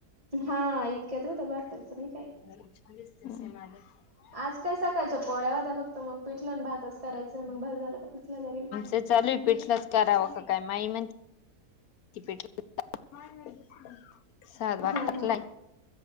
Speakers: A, on the right; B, on the left.
A: हा इतक्यात होतो भाताच नाही काय
B: <unintelligible>
A: आज काय सकाळच्या पोळ्या व्हत्या फक्त मग पिठलं भातच करायचंय मग भात झाला का पिठल करीन.
B: ते चालूये पिठलंच करावं का काय माई म्हण की पिट-सा भात
A: हा
B: टाकलाय
A: हा